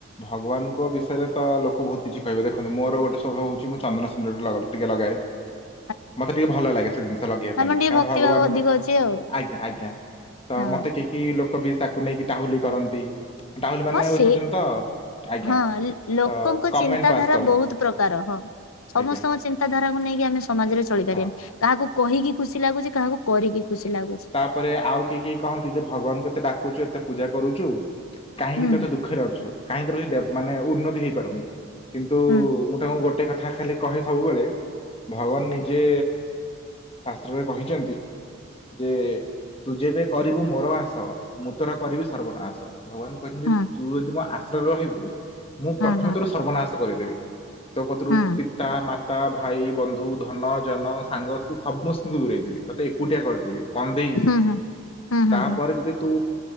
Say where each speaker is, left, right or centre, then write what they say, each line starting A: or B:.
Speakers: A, on the left; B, on the left.
A: ଭଗବାନଙ୍କ ବିଷୟରେତ ଲୋକ ବହୁତ୍ କିଛି କହିବେ ଦେଖନ୍ତୁ ମୋର ଶୋଭାବ ହଉଚି ମୁଁ ଚନ୍ଦନସିନ୍ଦୁର ଟି ଟିକେ ଲଗାଏ।
B: <inaudible>
A: ମତେ ଟିକେ ଭଲ ଲାଗେ ସେ ଜିନିଷ ଲଗେଇବା ପାଇଁ
B: ଆମର ଟିକେ
A: କାଇଁ
B: ଭକ୍ତି
A: ଭଗବାନଙ୍କ
B: ଭାବ ଅଧିକ ଅଛି ଆଉ
A: ଆଜ୍ଞା ଆଜ୍ଞା। ତ
B: ହଁ
A: ମତେ କି କି ଲୋକବି ତାକୁ ନେଇକି ଟାହୁଲି କରନ୍ତି ଟାହୁଲି ମାନେ
B: ହଁ
A: ବୁଝିପାରୁଛନ୍ତି
B: ସେ
A: ତ? ଆଜ୍ଞା
B: ହଁ ଲୋ ଲୋକଙ୍କ
A: ତ କମେଣ୍ଟ
B: ଚିନ୍ତାଧାରା
A: ପାସ୍ କରନ୍ତି
B: ବହୁତ୍ ପ୍ରକାର ହଁ। ସମସ୍ତଙ୍କ
A: ଆଜ୍ଞା
B: ଚିନ୍ତାଧାରାକୁ ନେଇକି ଆମେ ସମାଜରେ ଚଳିପାରିବାନି।
A: ହଁ।
B: କାହାକୁ କହିକି ଖୁସି ଲାଗୁଛି କାହାକୁ କରିକି ଖୁସି ଲାଗୁଛି।
A: ତାପରେ ଆଉ କି କି କହନ୍ତି ଯେ ଭଗବାନଙ୍କୁ ଏତେ ଡାକୁଛୁ ଏତେ ପୂଜା କରୁଚୁ କାହିଁକି
B: ହୁଁ
A: ତୁଏତେ ଦୁଃଖରେ ଅଛୁ କାହିଁକି ମାନେ ଉନ୍ନତି ହେଇପାରୁନି କିନ୍ତୁ
B: ହୁଁ
A: ମୁ ତାଙ୍କୁ ଗୋଟେ କଥା ଖାଲି କହିଲେ ସବୁବେଳେ ଭଗବାନ ନିଜେ ଶାସ୍ତ୍ରରେ କହିଚନ୍ତି। ଯେ ତୁ ଯେବେ କରିବୁ ମୋର ଆସ ମୁଁ ତୋର କରିବି ସର୍ବନାଶ ଭଗବାନ ଭଗବାନ କହିଛନ୍ତିଯେ
B: ହଁ
A: ତୁ ଯଦି ମୋ ଆଶ୍ରୟରେ ରହିବୁ ମୁଁ
B: ହଁ
A: ପ୍ରଥମେ
B: ହଁ
A: ତୋର ସର୍ବନାଶ କରେଇଦେବି ତୋ କତିରୁ
B: ହଁ
A: ପିତା ମା ପିତା ଭାଇ ବନ୍ଧୁ ଧନ ଜନ ସାଙ୍ଗସାଥି ସମସ୍ତଙ୍କୁ ଦୂରେଇ ଦେବି ତୋତେ ଏକୁଟିଆ କରିଦେବି କନ୍ଦେଇବି
B: ହୁଁ ହୁଁ ହୁଁ ହୁଁ
A: ତାପରେ
B: ହୁଁ
A: ଯଦି ତୁ